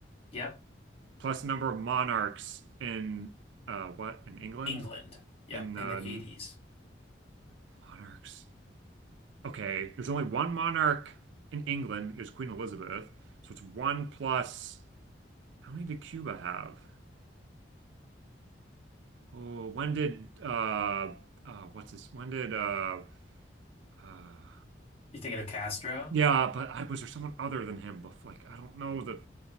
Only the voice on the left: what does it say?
Yep,
England. Yep,
in the 80s.
You thinking of Castro?